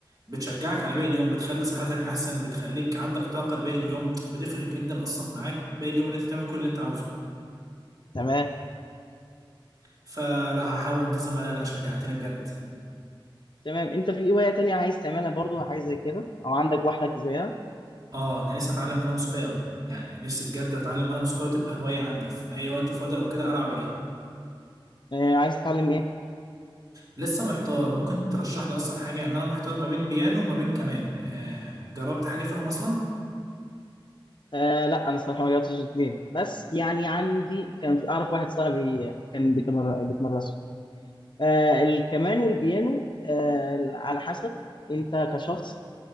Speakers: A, on the right (about 45°); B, on the left (about 60°).
A: بتشجعك على باقي اليوم بتخلي صحتك احسن بتخليك عندك طاقة لباقي اليوم بتفرق جدا اصلا معاك باقي اليوم ان انت تعمل كل اللي انت عاوزه
B: تمام
A: فلا هحاول انتظم عليها لا شجعتني بجد
B: تمام انت في ايه هواية تانية عايز تعملها برضو حاجة زي كده او عندك واحدة زيها
A: اه انا نفسي اتعلم آلة موسيقية قوي يعني نفسي بجد اتعلم آلة موسيقية وتبقى هواية عندي في اي وقت فاضي او كده العب عليه
B: آه عايز تتعلم ايه
A: لسه محتار ممكن ترشح لي اصلا حاجة يعني انا محتار ما بين بيانو وما بين كمان آه جربت حاجة فيهم اصلا
B: آه لا انا صراحة ما جربتش الاثنين بس يعني عندي كان في اعرف واحد صاحبي كان بيتمر بيتمرسوا آه الكمان والبيانو آه على حسب انت كشخص